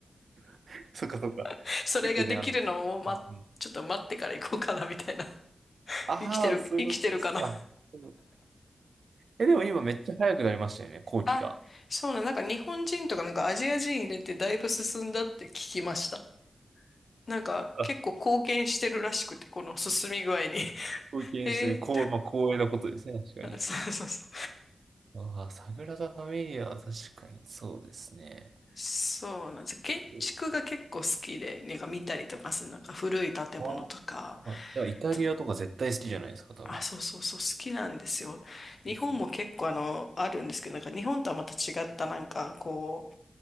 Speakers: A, on the right (about 75°); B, on the left (about 50°).
A: <laughs> そっかそっか。
B: <laughs> それができるのを、
A: よくね、あの、うんうん
B: ま、ちょっと待ってから行こうかな、みたいな。<laughs>
A: ああ、
B: 生きてる、
A: そういうことですか。
B: 生きてるかな。
A: でもえ、でも今めっちゃ早くなりましたよね、
B: <laughs>
A: 後期が。
B: あ、そうなの、なんか日本人とかなんかアジア人入れてだいぶ進んだって聞きました。なんか結構貢献してるらしくて、
A: <laughs> あ、
B: この進み具合に。<laughs>
A: 貢献してる、
B: へえ。
A: こう、まあ、光栄なことですね、確かに。
B: <laughs> そうそうそう。
A: ああ、サグラダ・ファミリアは確かにそうですね。
B: そうなんです。建築が結構好きで、
A: そう
B: なんか見たりとかする、なんか古い建物とか、
A: ああ、いや、イタリアとか絶対好きじゃないですか、
B: つ
A: 多分。
B: あ、そうそうそう、好きなんですよ。日本も結構あの、
A: そうそう。
B: あるんですけど、なんか日本とはまた違った、なんかこ